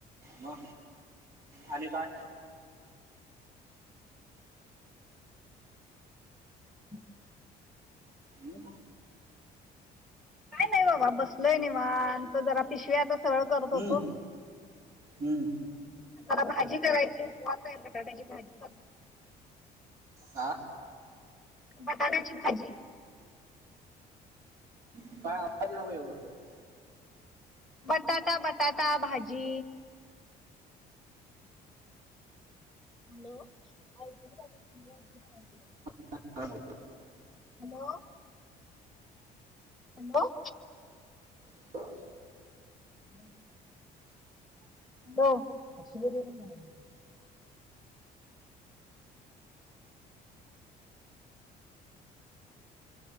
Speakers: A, on the right; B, in the centre.
A: म आणि काय?
B: <inaudible>
A: मं
B: काय नाही बाबा बसलोयं निवांत जरा पिशव्या आता सरळं करत
A: हम्म
B: होतो.
A: हम्म
B: मला भाजी करायची उपवास आहे, बटाट्याची भाजी कर
A: का?
B: बटाट्याची भाजी
A: काय <unintelligible>
B: बटाटा बटाटा भाजी हॅलो <unintelligible>
A: <unintelligible>
B: हॅलो हॅलो
A: <unintelligible>
B: हॅलो <unintelligible>